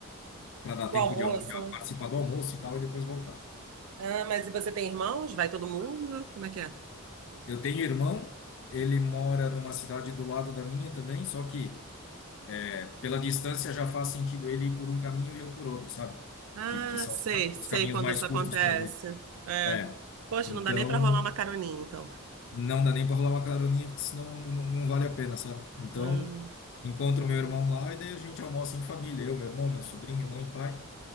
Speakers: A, on the left; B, on the right.
A: para dar
B: Do
A: tempo
B: almoço,
A: de, al- de
B: né?
A: participar do almoço e tal, e depois voltar.
B: Ah, mas e você tem irmãos? Vai todo mundo? Como é que é?
A: Eu tenho irmão, ele mora numa cidade do lado da minha também, só que é, pela distância já faz sentido ele ir por um caminho e eu por outro, sabe?
B: Ah,
A: Que, que são
B: sei,
A: os, ca-
B: sei
A: os caminhos
B: quando
A: mais
B: isso
A: curtos
B: acontece.
A: para gente.
B: É.
A: É.
B: Poxa,
A: Então,
B: não dá nem pra rolar uma caroninha, então.
A: Não dá nem para rolar uma caroninha, porque senão não, não vale a pena, sabe? Então,
B: Ah.
A: encontro meu irmão lá e daí a gente almoça em família, eu, meu irmão, meu sobrinho, mãe, pai,